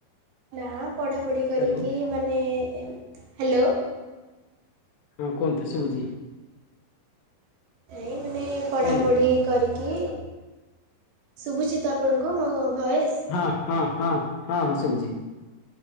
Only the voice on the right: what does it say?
ନା ପଢାପଢି କରିକି
ମାନେ ହାଲୋ
ନାଇଁ ମାନେ ପଢାପଢି
କରିକି ଶୁଭୁଛିତ ଆପଣଙ୍କ? କଣ ଭଏସ?